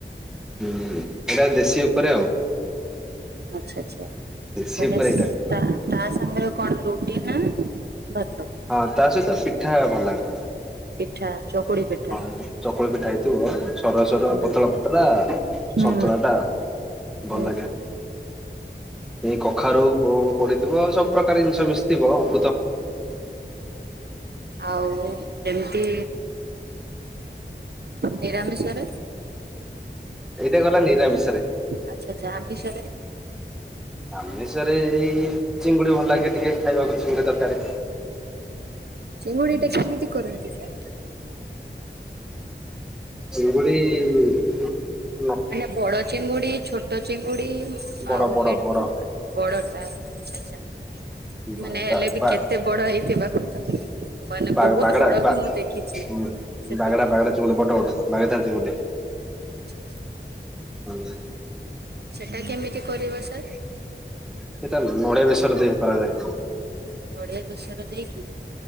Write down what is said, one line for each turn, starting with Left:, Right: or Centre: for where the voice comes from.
Centre: ଉଁ ଏଇଟା ଦେଶୀ ଉପରେ ଆଉ।
Right: ଆଚ୍ଛା ଆଚ୍ଛା
Centre: ଦେଶୀ
Right: ମାନେ
Centre: ଉପରେ
Right: ସ
Centre: ଏଇଟା
Right: ତା ତା ସାଙ୍ଗରେ ଆଉ କଣ ରୁ ଟି ନା ଭାତ?
Centre: ହଁ ତା ସହିତ ପିଠା। ଭଲ ଲାଗେ।
Right: ପିଠା ଚକୁଳି ପିଠା
Centre: ହଁ ଚକୁଳି ପିଠା ହେ ଇଥିବ ସରୁୁଆ ସରୁଆ
Right: ହୁଁ
Centre: ପତଳା ପତରା
Right: ହୁଁ
Centre: ସନ୍ତୁଳା ଟା
Right: ହୁଁ।
Centre: ଭଲ ଲାଗେ। ଏଇ କଖାରୁ ପ ପଡିଥିବ ସବୁ ପ୍ରକାର ଜିନିଷ ମିଶିଥିବ ଅ
Right: ଆଉ ଯେମିତି ନିରାମିଷ ରେ?
Centre: ଏଇଟା ଗଲା ନିରାମିଷରେ।
Right: ଆଚ୍ଛା ଆଚ୍ଛା ଆମିଷରେ?
Centre: ଆମିଷରେ ଏଇ ଚିଙ୍ଗୁଡି ଭଲ ଲାଗେ ଟିକେ ଖାଇବାକୁ ଚିଙ୍ଗୁଡି ତରକାରୀ।
Right: ଚିଙ୍ଗୁଡି ଟା କେମିତି କରନ୍ତି ବା?
Centre: ଚିଙ୍ଗୁଡି ଉ ଉଁ
Right: ମାନେ ବଡ ଚିଙ୍ଗୁଡି ଛୋଟ ଚିଙ୍ଗୁଡି ଉଁ
Centre: ବଡ
Right: ଆଉ
Centre: ବଡ
Right: ମି
Centre: ବଡ।
Right: ବଡଟା ଆଚ୍ଛା ଆଚ୍ଛା
Centre: ବା
Right: ମାନେ ହେଲେ ବି
Centre: ବା
Right: କେତେ ବଡ ହେଇଥିବା କଥା ମାନେ
Centre: ବା
Right: ବହୁତ
Centre: ବାଗଡା
Right: ବଡ
Centre: ବା
Right: ବି ମୁଁ ଦେଖିଛି
Centre: ହୁଁ
Right: ସେଥିପାଇଁ?
Centre: ବାଗଡା ବାଗଡା ଚିଙ୍ଗୁଡି ବଡ <unintelligible> ଚିଙ୍ଗୁଡି
Right: ଆଚ୍ଛା ଆଚ୍ଛା।
Centre: ହୁଁ ହୁଁ।
Right: ସେଇଟା କେମିତି କରିବ ସାର?
Centre: ସେଟା ନଡିଆ ବେସର ଦେଇ କରାଯାଏ
Right: ନଡିଆ ବେସର ଦେଇକି?